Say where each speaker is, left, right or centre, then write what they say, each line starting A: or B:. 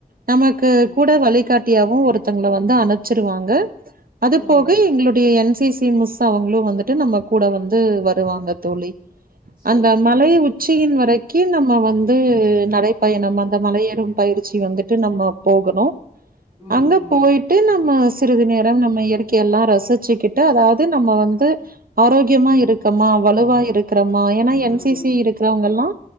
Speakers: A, on the right (about 75°); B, on the right (about 30°).
A: நமக்கு
B: ம்
A: கூட வழிகாட்டியாவு ஒருத்தங்கள வந்து அனுப்ச்சிருவாங்க அது
B: ம்
A: போக எங்களுடைய என் சி சி மிஸ்ஸு அவங்களு வந்துட்டு நம்ம கூட வந்து வருவாங்க தோழி
B: சேரி
A: அந்த
B: சேரிங்க
A: மலை உச்சியின் வரைக்கு
B: தோழி
A: நம்ம வந் து நடைபயணம் அந்த மலைய ஏறும் பயிற்சி வந்துட்டு நம்ம போகணு
B: ம்
A: அங்க
B: ம்
A: போயிட்டு நம்ம சிறிது நேரம் நம்ம இயற்கைய எல்லாம் ரசிச்சிக்கிட்டு அதாவது நம்ம வந்து ஆரோக்கியமா இருக்கமா வலுவா இருக்குறமா ஏன்னா
B: ம்
A: என் சி
B: ம்
A: சி இருக்கிறவங்கல்லா